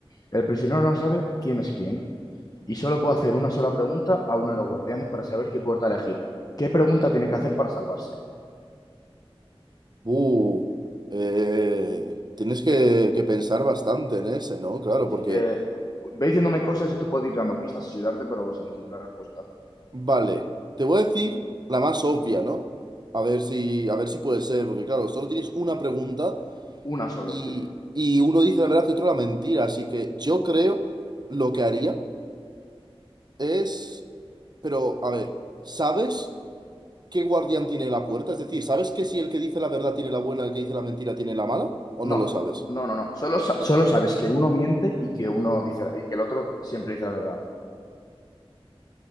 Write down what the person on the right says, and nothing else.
Uh, eh, tienes que,
que pensar bastante en ese, ¿no? Claro,
porque,
vale, te voy a decir la más obvia, ¿no? A ver si, a ver si puede ser, porque claro, solo tienes una pregunta
y,
y uno dice la verdad y otro la mentira, así que yo creo lo que haría. Es... Pero, a ver, ¿sabes qué guardián tiene la puerta? Es decir, ¿sabes que si el que dice la verdad tiene la buena, el que dice la mentira tiene la mala? ¿O
no lo sabes?